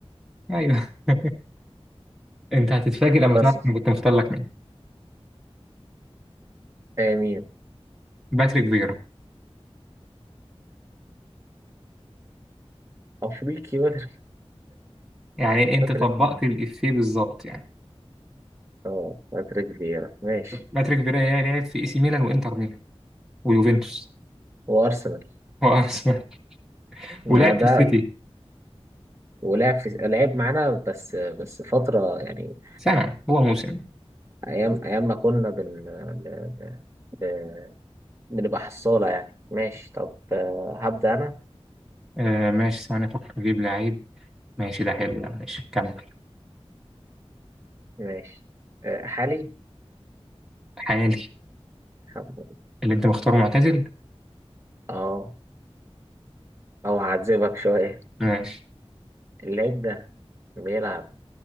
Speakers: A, in the centre; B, on the right.
A: ايوه <laughs> انت هتتفاجئ
B: خلاص
A: لما تعرف انا كنت مختار لك مين
B: آه مين
A: باتريك فيرا
B: أفريقي باتريك
A: يعني انت
B: باتريك
A: طبقت
B: فيرا.
A: الافيه بالظبط يعني
B: <laughs> اه باتريك فيرا ماشي
A: باتريك فيرا يا لعب في اي سي ميلان وانتر ميلان ويوفنتوس
B: وأرسنال
A: وارسنال <laughs>
B: مع
A: ولعب
B: ده
A: في السيتي
B: ولعب في لعب معانا بس بس فترة يعني
A: سنه هو موسم
B: أيام أيام ما كنا بن ب- ب- بنبقى حصالة يعني ماشي طب آه، هبدأ أنا
A: آه ماشي ثواني افكر اجيب لعيب ماشي ده حلو ده ماشي كمل
B: ماشي آه، حالي
A: حالي
B: حب-
A: اللي انت مختاره معتزل
B: اه أو هعذبك شوية
A: ماشي
B: اللعيب ده بيلعب